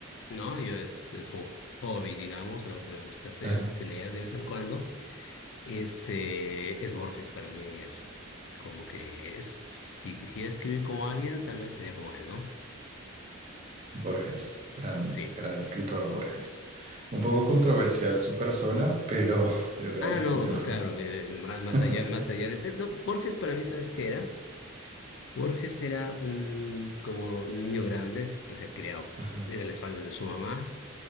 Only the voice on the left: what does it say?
¿no? Yo es, es un hobby, digamos, algo que me gusta hacer,
que leer de vez en cuando. Es, eh, es Borges para mí, es como que es, si si quisiera escribir como alguien, tal vez sería como él, ¿no?
Sí.
Ah,
no, claro, de, más, más
allá, más allá de... eh, No, Borges para mí, ¿sabes qué era? Borges era un como niño grande, o sea, criado
en las faldas de su mamá,